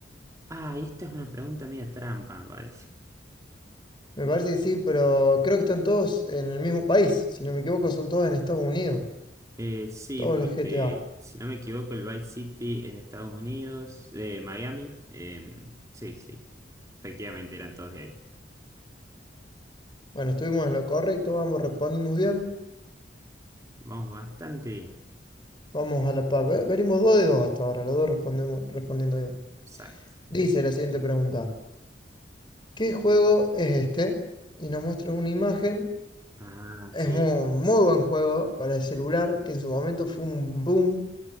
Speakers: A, on the right; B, on the left.
A: Ah, y esta es una pregunta media trampa, me parece.
B: Me parece que sí, pero creo que están todos en el mismo país. Si no me equivoco, son todos en Estados Unidos.
A: Eh, sí,
B: Todos
A: porque
B: los GTA.
A: si no me equivoco, el Vice City es de Estados Unidos, de Miami. Eh, sí, sí, efectivamente eran todos de ahí.
B: Bueno, estuvimos en lo correcto, vamos respondimos bien.
A: Vamos bastante bien.
B: Vamos a la par. Ve- Venimos dos de dos hasta ahora, los dos respondemos, respondiendo bien.
A: Exacto.
B: Dice la siguiente pregunta. ¿Qué juego es este? Y nos muestra una imagen.
A: Ah,
B: Es
A: sí,
B: muy, muy buen juego para el celular, que en su momento fue un boom.